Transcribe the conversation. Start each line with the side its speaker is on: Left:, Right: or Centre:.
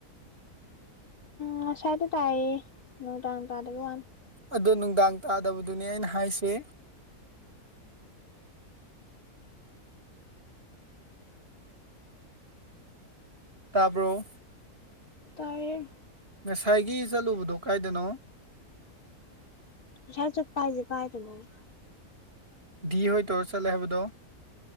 Left: ꯎ ꯑꯁ꯭ꯋꯥꯏꯗ ꯇꯥꯌꯦ ꯅꯨꯡꯗꯥꯡ ꯇꯥꯗꯕ ꯋꯥꯅꯤ
Right: ꯑꯗꯣ ꯅꯨꯡꯗꯥꯡ ꯇꯥꯗꯕꯗꯨꯅꯦ ꯑꯩꯅ ꯍꯥꯏꯁꯦ ꯇꯥꯕ꯭ꯔꯣ
Left: ꯇꯥꯏ
Right: ꯉꯁꯥꯏꯒꯤ ꯆꯠꯂꯨꯕꯗꯣ ꯀꯥꯏꯗꯅꯣ
Left: ꯍ ꯆꯠ ꯄꯥꯏꯖꯦ ꯀꯥꯏ ꯊꯃꯅ
Right: ꯗꯤ ꯍꯣꯏ ꯇꯧꯔ ꯆꯠꯂꯦ ꯍꯥꯏꯕꯗꯣ